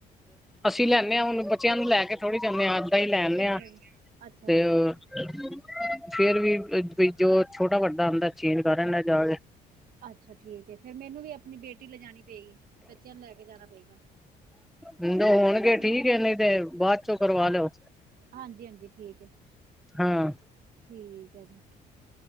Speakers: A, in the centre; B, on the right.
A: ਅਸੀਂ ਲੈਂਦੇ ਹਾਂ, ਹੁਣ ਬੱਚਿਆਂ ਨੂੰ ਲੈ ਕੇ ਥੋੜ੍ਹੀ ਜਾਂਦੇ ਹਾਂ, ਏਦਾਂ ਹੀ ਲੈ ਆਂਦੇ
B: ਅੱਛਾ
A: ਹਾਂ।
B: ਜੀ ਅੱਛਾ
A: ਤੇ
B: ਜੀ
A: ਹੋਰ ਫੇਰ ਵੀ ਜੋ ਛੋਟਾ ਵੱਡਾ ਹੁੰਦਾ, ਚੇਂਜ ਕਰ ਲੈਂਦਾ ਜਾਕੇ।
B: ਅੱਛਾ ਠੀਕ ਹੈ, ਫੇਿਰ ਮੈਨੂੰ ਵੀ ਆਪਣੀ ਬੇਟੀ ਲਿਜਣੀ ਪਏਗੀ, ਬੱਚਿਆਂ ਨੂੰ ਲੈ ਕੇ ਜਾਣਾ ਪਏਗਾ।
A: ਹੁਣ ਹੋਣਗੇ
B: ਹਨਾ
A: ਠੀਕ ਹੈ, ਨਹੀਂ ਤੇ ਬਾਅਦ ਚੋਂ ਕਰਵਾ ਲਓ।
B: ਹਾਂਜੀ ਹਾਂਜੀ ਠੀਕ ਹੈ।
A: ਹਾਂ।
B: ਠੀਕ ਹੈ ਜੀ।